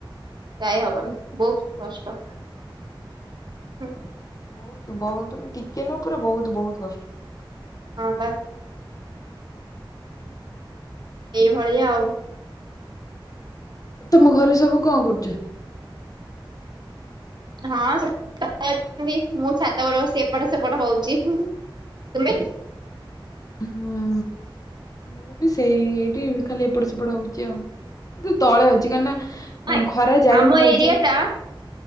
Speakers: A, on the right; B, on the left.
A: ଯାାଇ ହବନି ବହୁତ କଷ୍ଟ। ହୁଁ,
B: ହ ବହୁତ ବହୁତ ଉଁ ଟିକେ ନୁହେଁ ପୁରା ବହୁତ ବହୁତ କଷ୍ଟ।
A: ହଁ ବା ଏଇଭଳିଆ ଆଉ।
B: ତୁମ ଘରୁ ସବୁ କଣ କରୁଛୁ?
A: ହଁ ସେମ ଅଛନ୍ତି ମୁଁ ଛାତ ଉପରେ ବସି ଏପଟ ସେପଟ ହଉଛି। ତୁମେ
B: ହୁଁ ମୁଁ ବି ସେଇ ଇଠି ଖାଲି ଏପଟ ସେପଟ ହଉଛି ଆଉ କିନ୍ତୁ ତଳେ ଅଇଛି କା ନା
A: ହାଏଁ
B: ଖରା ଯାଇନି
A: ଆମ
B: ବା
A: ଏରିଆ
B: ଏଯାଏ।
A: ଟା